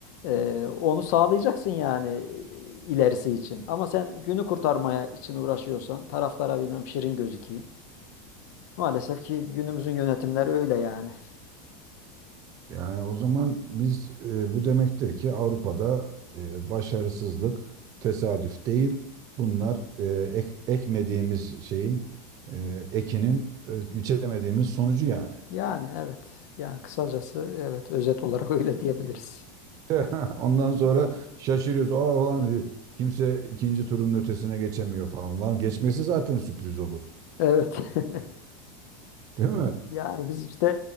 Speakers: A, on the left; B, on the right.
A: e, onu sağlayacaksın yani e, ilerisi için. Ama sen günü kurtarmaya için uğraşıyorsan taraftara bilmem şirin gözükeyim. Maalesef ki günümüzün yönetimleri öyle yani.
B: Yani o zaman biz e, bu demektir ki Avrupa'da e, başarısızlık tesadüf değil. Bunlar e, ek- ekmediğimiz şeyin e, ekinin e, biçemediğimiz sonucu yani.
A: Yani evet. Yani kısacası evet özet olarak <laughs> öyle diyebiliriz.
B: <laughs> Ondan sonra şaşırıyoruz. Aa ulan kimse ikinci turun ötesine geçemiyor falan. Ulan geçmesi zaten sürpriz olur.
A: Evet. <laughs>
B: Değil mi?
A: Yani biz işte